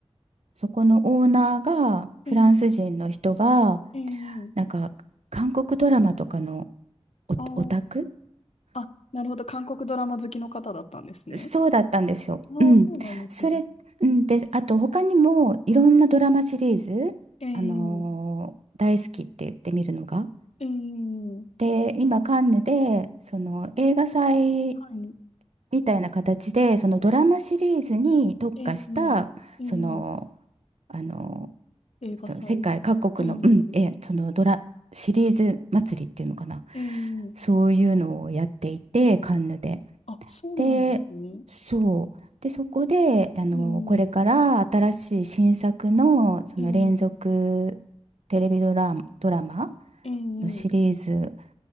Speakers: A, on the right; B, on the left.
A: そこのオーナーが、フランス人の人が、
B: ええええ
A: なんか、韓国ドラマとかのオ、
B: ああ
A: オタク
B: あ、なるほど。韓国ドラマ好きの方だったんですね。
A: そうだったんですよ。
B: ああ、
A: うん。
B: そうなんですね。
A: それ、うん、で、あと、他にも、いろんなドラマシリーズ、
B: ええ
A: あの、大好きって言ってみるのが。
B: ええ
A: で、今、カンヌで、その、映画祭
B: はい。
A: みたいな形で、そのドラマシリーズに特化した、
B: ええええ
A: その、あの
B: 映画祭。
A: その世界各国の、
B: ええ
A: うん、え、そのドラ、シリーズ祭りっていうのかな。
B: ええ
A: そういうのをやっていて、カンヌで。
B: あ、そうなんですね。
A: で、そう。で、そこで、あの、
B: ええ
A: これから新しい新作の、その連続テレビドラ、
B: ええ
A: ドラマ
B: ええ
A: のシリーズ